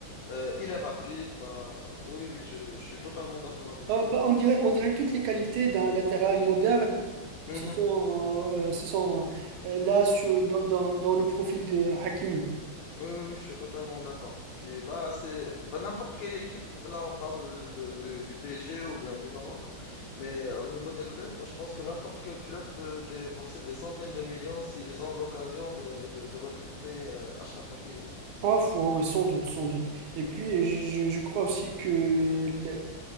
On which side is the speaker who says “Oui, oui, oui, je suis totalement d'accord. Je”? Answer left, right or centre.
Left